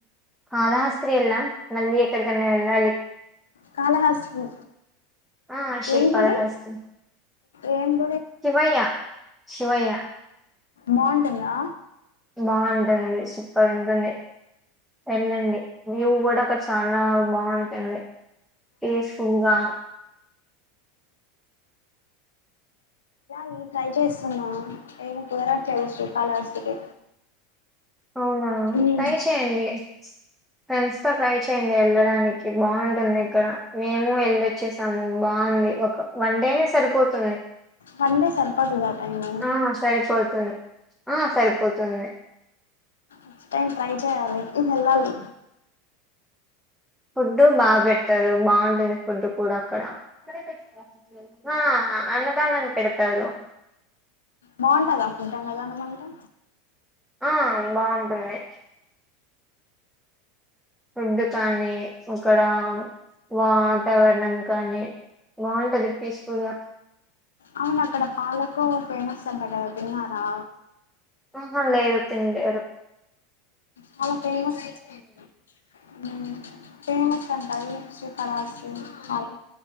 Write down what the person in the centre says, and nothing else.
కాళహాస్త్రీ వెళ్ళాం. మళ్ళీ ఎక్కడికన్నా వెళ్ళాలి.
ఆ శ్రీ
కాళహాస్తి.
శివయ్య శివయ్య
బాగుంటదండి శివ్ పర్ ఉంటుంది ఎళ్ళండి వ్యువ్ కూడా అక్కడ చాన ఆ బాగుంటది కేజ్ ఫువ్వా
అవునా
ట్రై చేయండి ఫ్రెండ్స్ తో ట్రై చేయండి. వెళ్ళడానికి బాగుంటుంది. ఇక్కడ మేము వెల్లోచ్చేసాము. బాగుంది ఒక వన్ డేనే సరిపోతుంది.
ఆ సరిపోతుంది ఆ సరిపోతుంది
ఫుడ్డు బాగ్ బెడతారు బాగుంటుంది ఫుడ్డు కూడా అక్కడ అక్కడే పెడతారా ఫుడ్డు ఆ అన్నదానం పెడతారు
ఆ బాగుంటుంది ఫుడ్డు కానీ అక్కడ వాతావరణం కానీ బాగుంటది పీస్ఫుల్గా
ఆహా లేదు తిన్లే ఎర్